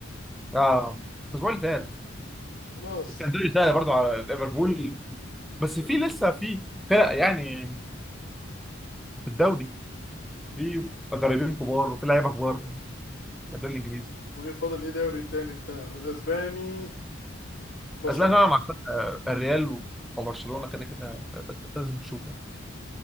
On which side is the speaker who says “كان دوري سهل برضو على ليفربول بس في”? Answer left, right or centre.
Centre